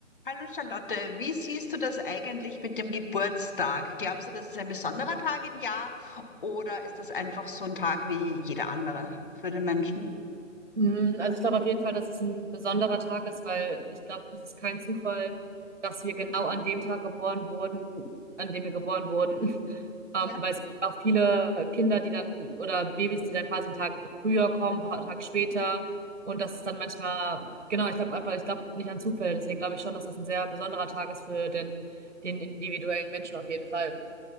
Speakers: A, on the left; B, on the right.
A: Hallo Charlotte, wie siehst du das eigentlich mit dem Geburtstag? Glaubst du, das ist ein besonderer Tag im Jahr oder ist das einfach so ein Tag wie jeder andere für den Menschen,
B: Mm, Also ich glaube auf jeden Fall, dass es ein besonderer Tag ist, weil ich glaube, es ist kein Zufall, dass wir genau an dem Tag geboren wurden, an dem wir geboren wurden. <laughs> Ähm,
A: der
B: weil es gibt auch viele Kinder, die dann, oder Babys, die dann quasi einen Tag früher kommen, ein paar Tage später. Und das ist dann manchmal, genau, ich glaube einfach, ich glaube nicht an Zufälle. Deswegen glaube ich schon, dass es ein sehr besonderer Tag ist für den, den individuellen Menschen auf jeden Fall.